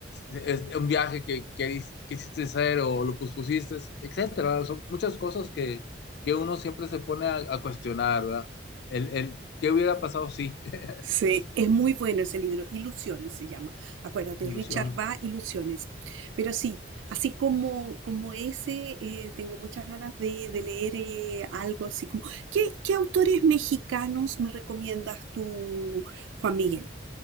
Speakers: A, on the left; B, on the right.
A: es un viaje que queris- quisiste hacer o lo pospusiste, etcétera. Son muchas cosas que, que uno siempre se pone a, a cuestionar, ¿verdad? El, el ¿qué hubiera pasado? Sí, <laughs>
B: Sí, es muy bueno ese libro, Ilusiones se llama. Acuérdate,
A: ilusión.
B: Richard Va, Ilusiones. Pero sí, así como, como ese, eh, tengo muchas ganas de, de leer eh, algo así como... ¿Qué, qué autores mexicanos me recomiendas tú, Juan Miguel?